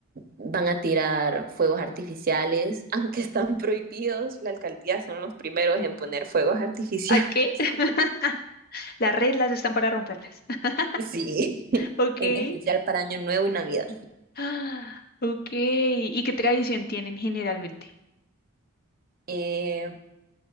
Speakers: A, on the right; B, on the left.
A: van a tirar fuegos artificiales, <laughs> aunque están prohibidos, la alcaldía son los primeros en poner fuegos artificiales.
B: ¿Ay qué?
A: <laughs>
B: <laughs> Las reglas están para romperlas. <laughs>
A: Sí,
B: Ok.
A: en
B: <gasps>
A: especial para Año Nuevo y Navidad.
B: Ah, Ok. ¿Y qué tradición tienen generalmente?
A: Eh,